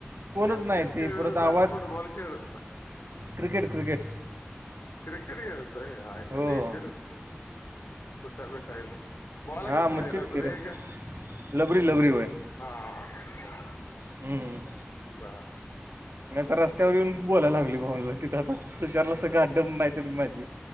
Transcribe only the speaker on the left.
कॅचकॅच
खेळत
होता
का फुटबॉल खेळत होता
क्रिकेट खेळत होता काय आयला
डेंजरच
केल. <unintelligible> बॉल
कसलाये
रबरी
हाय का
हा हा.
बा.